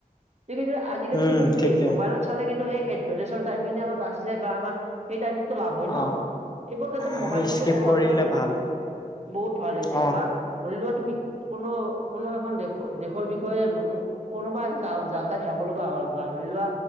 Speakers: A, on the right (about 45°); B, on the left (about 25°).
A: সেই আজিকালি
B: উম
A: কিন্তু তুমি
B: ঠিকে
A: মবাইলত চালে কিন্তু সেই এডভাৰটাইজৰ টাইমখিনি আমাৰ বাছি যায় বা আমাৰ সেই টাইমটোতো লাভ হয় ন,
B: অ
A: এইবোৰ ক্ষেত্ৰত
B: আমি
A: মোবাইল ফোনটো
B: স্কিপ
A: ওলোৱাৰ
B: কৰিলে
A: পৰাই বহুত
B: ভাল
A: বহুত ভাল হৈছে
B: অ
A: বা ধৰি লোৱা তুমি কোনো, কোনো এখন দেশৰ দেশৰ বি বিষয়ে কোনোবা এটা জাগাত যাব লগা হ'ল বা ধৰি লোৱা